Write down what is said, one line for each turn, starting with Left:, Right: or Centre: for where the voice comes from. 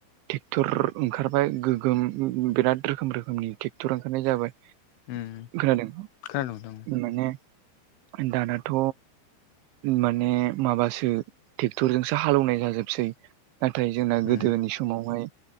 Right: थेक्टर ओंखारबाय गोगोम उम उम बिराद रोखोम रोखोमनि थेक्टर ओंखारनाय जाबाय।
Left: उम
Right: खोनादों
Left: खोनादों नोंथां
Right: माने दानाथ' माने माबासो थेक्टरजोंसो हालौवनाय जाजोबसै नाथाय जोंना
Left: उम
Right: गोदोनि समावहाय